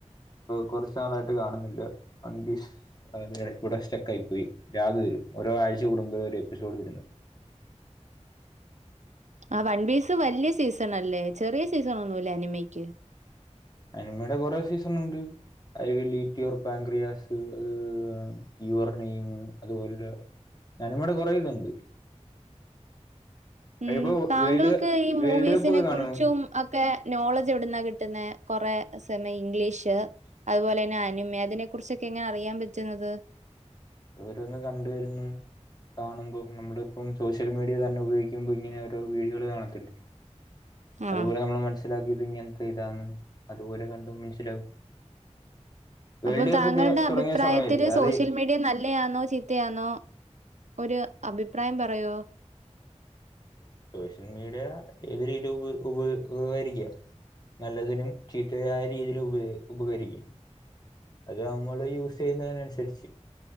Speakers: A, on the left (about 35°); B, on the right (about 75°).
A: കുറച്ചു നാളായിട്ട് കാണുന്നില്ല. വൺപീസ് കൂടെ സ്റ്റെക്ക ആയി പോയി. രാഗ വരും ഓരോ ആഴ്ച കൂടുമ്പോൾ ഒരു എപ്പിസോഡ് വിടുന്ന..
B: ആ വൺപീസ് വലിയ സീസൺ അല്ലേ ചെറിയ സീസൺ ഒന്നുല്ലേ അനിമിക്ക്
A: അനിമയുടെ കുറെേ സീസൺ ഉണ്ട് ഐ വില് റ്റ് യുവർ പാക്രിയാസ്, അ യുവർ നെയം, അതുപോലെ അനി മയുടെ കുറെേ ഇതുണ്ട്..
B: ഉം
A: ഇപ്പൊ
B: താങ്കൾക്ക്
A: വേൾഡ്
B: ഈ
A: വേൾഡ്
B: മൂവീസിനെ
A: കപ്പ് ഒക്കെ കാണുമോ
B: കുറിച്ചും, അത് ഒക്കെ നോളജ് എവിടുന്ന കിട്ടുന്നെ കൊറെ സമയ ഇംഗ്ലീഷ് അതുപോലെ തന്നെ അനിമി അതിനെ കുറിച്ചൊക്കെ എങ്ങനെ അറിയാൻ പറ്റുന്നത്..
A: ഓരോന്ന് കണ്ടുവരുന്നു കാണുമ്പോം നമ്മള ഇപ്പം സോഷ്യൽ മീഡിയ തന്നെ ഉപയോഗിക്കുമ്പോ ഇങ്ങനെ ഓരോ വീഡിയോകള് കാണത്തില്ല.. അതുപോലെ
B: ആഹ്
A: നമ്മള് മനസ്സിലാക്കിയ ഇത് ഇങ്ങനെ. ഇതും അതുപോലെ കണ്ടും മനസ്സിലാവും. വേൾഡ്
B: അപ്പം
A: കപ്പ്
B: താങ്കളുടെ
A: ഒക്കെ തുടങ്ങിയ
B: അഭിപ്രായത്തില്
A: സമയല്ലേ
B: സോഷ്യൽ
A: അതെ
B: മീഡിയ നല്ലയാന്നോ ചീത്തയാന്നോ. ഒരു അഭിപ്രായം പറയോ?
A: സോഷ്യൽ മീഡിയ ഏത് രീതിും ഉപ ഉപ ഉപകരിക്കാം നല്ലതിനും ചീത്ത ആ രീതിയിൽ ഉ ഉപകരിക്കും. അത് നമ്മള് യൂസ് ചെയ്യുന്നതിനനുസരിച്ച്